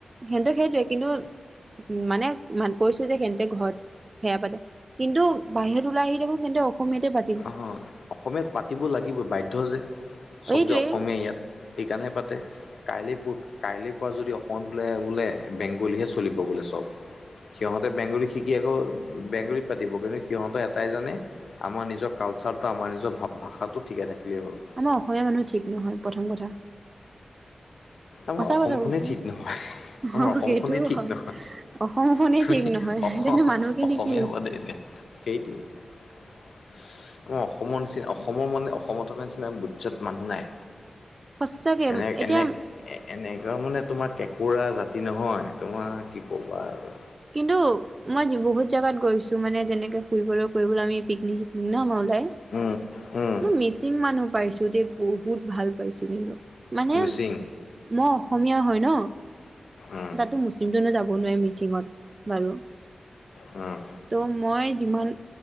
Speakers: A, on the right; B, on the left.
A: সেহটো, সেইটোৱে কিন্তু, মানে কৈছো যে সিহঁতে ঘৰত সেয়া পাতে, কিন্তু বাহিৰত ওলাই আহি দেখো, তেন্তে অসমীয়াতে পা
B: অ, হ অসমীয়াত পাতিব লাগিবই, বাধ্য যে চ'ব
A: এইটোৱে
B: যে অসমীয়া ইয়াত। সেইকাৰণহে পাতে। কাইলৈ প, কাইলৈ পৰা যদি অসমত বোলে, বোলে বেংগলীহে চলিব বোলে, চ'ব। সিহঁতে বেংগলী শিকি আকৌ, বেংগলীত পাতিব কিন্তু সিহঁতে এটাই জনে আমাৰ নিজৰ কালচাৰটো, আমাৰ নিজৰ ভা-ভাষাটো ঠিকে থাকিলেই হ'ল।
A: আমাৰ অসমীয়া মানুহ ঠিক নহয়, প্ৰথম কথা।
B: আমাৰ
A: সঁচা
B: অসমখনেই,
A: কথা কৈছো
B: ঠিক নহয়।
A: অ'
B: আমাৰ অসমখনেই
A: সেইটোও
B: ঠিক
A: হয়
B: নহয়,
A: অসমখনেই
B: তুমি
A: ঠিক নহয়
B: অসম,
A: তেন্তে মানুহখিনি
B: অসমীয়া
A: কি হ'ব
B: বাদেই দিয়া। সেইটোৱে। অ, অসমৰ নিচিনা, অসমৰ মানে অসমত থকা নিচিনা, বৈজ্জাত মানুহ নাই।
A: সঁচাকে
B: এনে,
A: এতিয়া
B: এনে, এ, এনেকুৱা মানে তোমাৰ কেঁকোৰা জাতি নহয়, তোমাৰ কি কবা আৰু।
A: কিন্তু মই বহুত জাগাত গৈছো, মানে যেনেকে ফুৰিবলৈ কৰিবলৈ আমি পিকনিক-চিকনিক ন, মনদাই
B: উম, উম
A: মই মিচিং মানুহ পাইছো, দেই বহুত ভাল পাইছো কিন্তু, মানে
B: মিচিং
A: মই অসমীয়া হয় ন,
B: উম
A: তাততো মুছলিমটো এনেও যাব নোৱাৰি মিচিঙত। বাৰু।
B: উম,
A: ত, মই যিমান,